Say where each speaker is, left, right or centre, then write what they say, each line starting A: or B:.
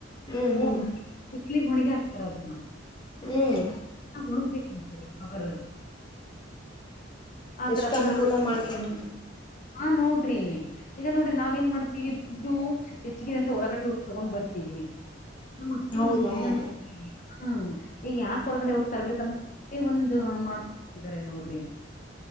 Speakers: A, on the left; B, on the left.
A: ಹ್ಮ್
B: ಹೋಗ್
A: ಹ್ಮ್
B: ಬಿಸಲಿ ಗೆ ಹೊಣಗಿ ಹಾಕ್ತಾರ ಅದನ್ನ.
A: ಹ್ಮ್
B: ಹುಣಗ್ಬೇಕಂತ ಕವರ್.
A: <inaudible>
B: ಆತರ ಪಲಾನ್
A: ಅನುಕೂಲ ಮಾಡ್ತಾನ
B: ಹ ನೋಡ್ರಿ. ಈಗ ನೋಡ್ರಿ ನಾವ ಏನ್ ಮಾಡ್ತೀವಿ ದುಡ್ಡು ಹೆಚ್ಚಿಗೆ ಅಂತ ಹೊರಗಡೆ ಹೋಗಿ ತಗೊಂಡ್ ಬರ್ತೀವಿ. ನಮ್ಮ ಅತ್ತಿರ
A: ಹೌದೌದು
B: ಹಂಗಿಲ್ಲ ಹ್ಮ್ ಈ ಯಾಕ ಹೊರಗಡೆ ಹೋಗ್ತರ್ಬೇಕಂತ. ಎ ಒಂದ ಮಾಡ್ಕೊತಿದ್ದಾರೆ ನೋಡ್ರಿ.